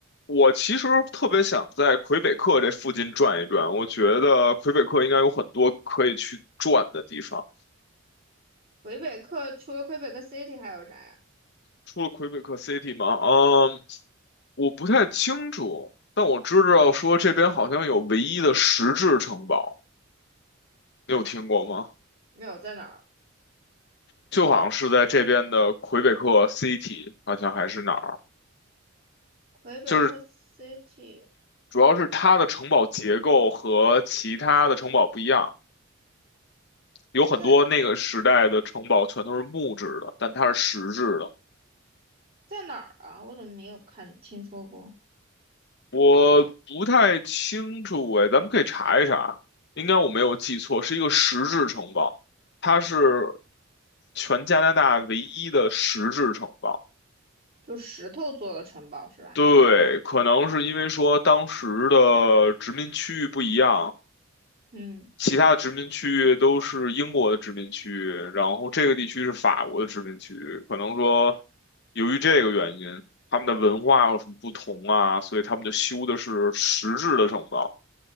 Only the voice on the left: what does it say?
我其实特别想在魁北克这附近转一转。我觉得魁北克应该有很多可以去转的地方。
除了魁北克 City 吗？嗯，我不太清楚，但我知道说这边好像有唯一的石质城堡，你有听过吗？
就好像是在这边的魁北克 City，好像还是哪儿，
就是
主要是它的城堡结构和其他的城堡不一样，有很多那个时代的城堡全都是木质的，
但它是石质的。
我不太清楚哎，咱们可以查一查，应该我没有记错，是一个石质城堡，它是全加拿大唯一的石质城堡。
对，可能是因为说当时的殖民区域不一样，
其他的殖民区域都是英国的殖民区域，然后这个地区是法国的殖民区域。可能说，由于这个原因，他们的文化有什么不同啊？所以他们就修的是实质的城堡。